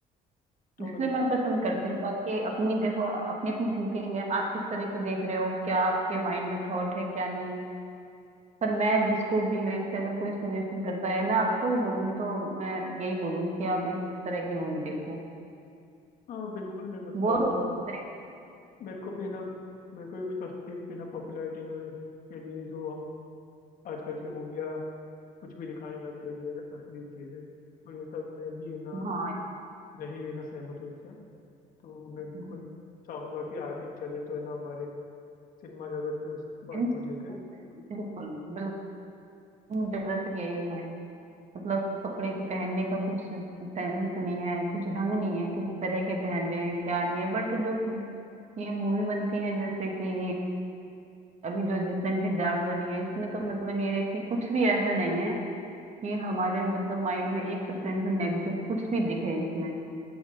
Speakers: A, on the left; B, on the right.
A: तो
B: इसलिए
A: मतलब
B: मैं पसंद करती हूँ बाकी अपनी देखो अपनी अपनी थिंकिंग है आप किस तरह की देख रहे हो क्या आपके माइंड में थॉट है क्या नहीं है पर मैं जिसको भी मेरे से अगर कोई सजेशन करता है मैं आपको भी बोलूंगी तो मैं यही बोलूंगी कि आप इस तरह की मूवी देखो
A: हाँ बिल्कुल मैं मतलब
B: बोर हो रही
A: अम,
B: है।
A: मेरे को भी है ना मेरे को भी सस्ती है ना पॉपुलैरिटी की वजह के लिए जो हम आजकल की मूवियाँ कुछ भी दिखाने लग गई है अश्लील चीज़ें तो ये सब मैं भी है ना
B: हाँ
A: नहीं है ना सहमत हूं उनसे तो मैं बिल्कुल
B: इन
A: चाहूँगा कि आगे चले तो है ना हमारे सिनेमा जगत भी उस बात
B: इन बिल्कुल
A: को देखे
B: बिल्कुल ज्यादातर यही है मतलब कपड़े के पहनने का कुछ सेंस नहीं है कुछ ढंग नहीं है किस तरह के पहन रहे हैं क्या नहीं है बट जो ये मूवी बनती है जैसे कि अभी जो रिसेंटली जाट बनी है इसमें तो मतलब ये है कि कुछ भी ऐसा नहीं है कि हमारे मतलब माइंड में एक परसेंट भी नेगेटिव कुछ भी दिखे इसमें